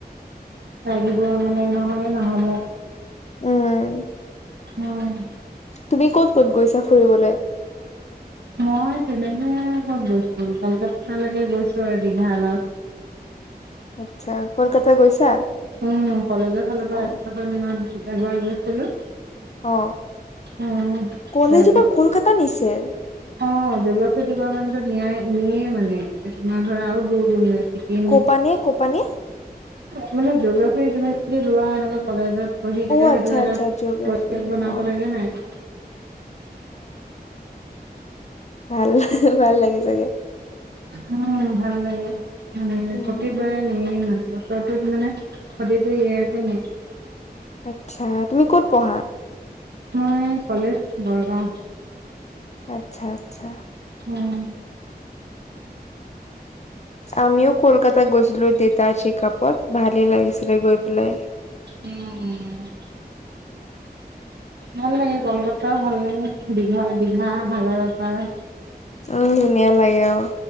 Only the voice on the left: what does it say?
উম'।
তুমি ক'ত ক'ত গৈছা ফুৰিবলৈ?
আচ্ছা কলকাতা গৈছা?
অ
অ
কলেজো
পৰা কলকাতা নিছে।
কপানে কপানে
অ আচ্ছা
আচ্ছা জিঅ'গ্ৰাফি
অ
ভাল-ভাল, ভাল লাগে চাগে।
উম
আচ্ছা! তুমি ক'ত পঢ়া?
আচ্ছা-আচ্ছা।
আমিও কলকাতা গৈছিলো দেতাৰ চেকআপত ভালেই লাগিছিলে গৈ পেলাই।
উ', ধুনীয়া লাগে অ